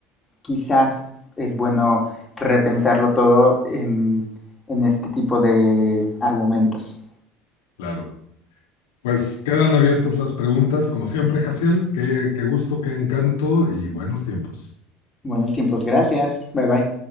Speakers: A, on the left; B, on the left.
A: quizás es bueno repensarlo todo en, en este tipo de argumentos.
B: Claro. Pues quedan abiertas las preguntas, como siempre, Jaciel. Qué, qué gusto, qué encanto y buenos tiempos.
A: Buenos tiempos, gracias. Bye bye.